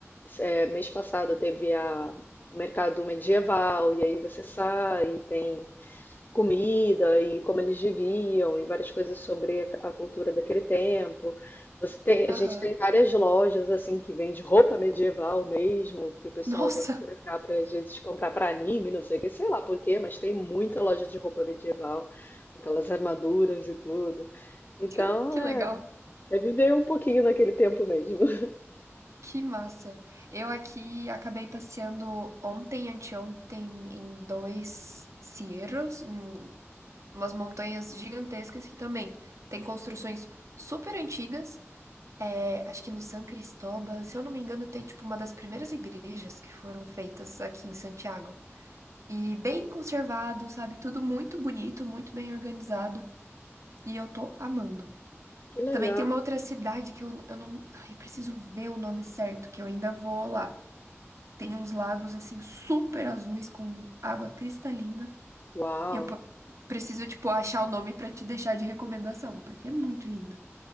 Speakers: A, on the left; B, on the right.
A: é, mês passado teve a, o mercado medieval, e aí você sai, tem comida e como eles viviam e várias coisas sobre a a cultura daquele tempo. Você tem,
B: Aham.
A: a gente tem várias lojas assim que vende roupa medieval mesmo, que o pessoal
B: Nossa,
A: vem pra cá para gente comprar para anime, não sei o que, sei lá por quê, mas tem muita loja de roupa medieval, aquelas armaduras e tudo. Então,
B: <laughs> que
A: é,
B: legal.
A: é viver um pouquinho naquele tempo mesmo. <laughs>
B: Que massa. Eu aqui acabei passeando ontem, anteontem, em dois cerros, em umas montanhas gigantescas que também tem construções super antigas. É, acho que no San Cristóbal, se eu não me engano, tem tipo uma das primeiras igrejas que foram feitas aqui em Santiago. E bem conservado, sabe? Tudo muito bonito, muito bem organizado. E eu tô amando.
A: Que legal.
B: Também tem uma outra cidade que eu, eu não. Ai, eu preciso ver o nome certo, que eu ainda vou lá. Tem uns lagos assim super azuis com água cristalina.
A: Uau.
B: E eu po- preciso, tipo, achar o nome pra te deixar de recomendação, porque é muito linda.